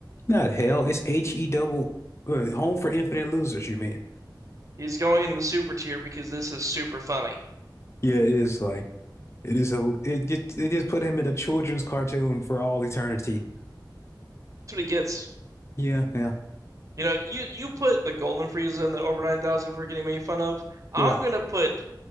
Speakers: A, on the left (about 35°); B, on the right (about 45°).
A: not hell. It's H E double wait, Home for Infinite Losers. You mean?
B: he's going into the super tier because this is super funny.
A: Yeah, it is funny. It is a. It just they just put him in a children's cartoon for all eternity.
B: That's what he gets.
A: Yeah, yeah,
B: You know, you you put the Golden Frieza in the over 9,000 for getting made fun of. I'm
A: yeah.
B: gonna put